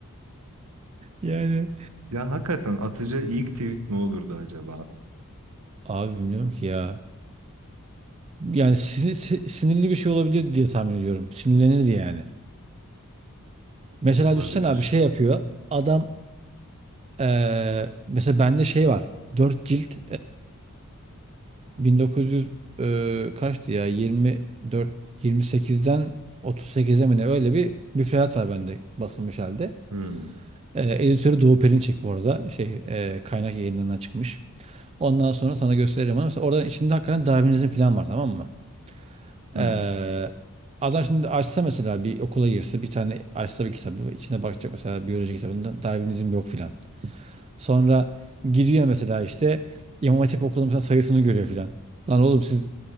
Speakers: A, on the right; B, on the right.
A: Yani
B: Ya hakikaten atıcı ilk tweet ne olurdu acaba?
A: abi bilmiyorum ki ya. Yani sinir- si- sinirli bir şey olabilir diye tahmin ediyorum. Sinirlenirdi yani. Mesela
B: Olabilir.
A: düşsene abi şey yapıyor. Adam eee, mesela bende şey var. dört cilt 1900 e, kaçtı ya? 24 28'den 38'e mi ne? Öyle bir müfredat var bende basılmış halde.
B: Hmm,
A: E, editörü Doğu Perinçek bu arada. Şey, e, kaynak yayınlarından çıkmış. Ondan sonra sana gösteririm ama mesela oradan içinde hakikaten Darwinizm falan var tamam mı? E,
B: hmm.
A: adam şimdi açsa mesela bir okula girse bir tane açsa bir kitabı içine bakacak mesela biyoloji kitabında Darwinizm yok filan. Sonra gidiyor mesela işte İmam Hatip okulunun mesela sayısını görüyor filan. Lan oğlum siz